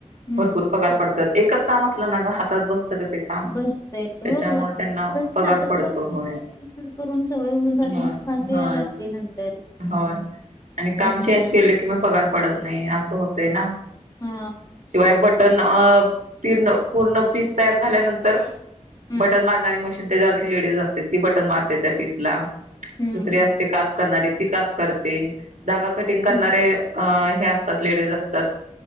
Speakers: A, on the left (about 30°); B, on the right (about 80°).
A: हम्म
B: भरपूर पगार पाडतात. एकच काम असलं ना हातात बस ते काम
A: बसते
B: त्याच्यामुळे
A: होय होय
B: त्यांना
A: कसं
B: पगार
A: सारखं
B: पडतो
A: सारखं
B: होय.
A: तेच तेच तेच तेच करून सवय हुन जाती
B: होय
A: मग फास्ट यायला
B: होय
A: लागते नंतर.
B: होय आणि काम
A: हम्म
B: चेंज केल कि म पगार पडत नाही असं होत ना,
A: हा
B: शिवाय बट बटन प पूर्ण पीस तयार झाल्यानंतर
A: हम्म
B: बटन मारणारी मशी त्याच्यावरती लेडीज असते ती बटन मारते त्या पीस ला
A: हम्म
B: दुसरी अस ते काज करणारे ती काज करते धागा कटिंग करणारे
A: हम्म
B: अ हे असतात लेडीज असतात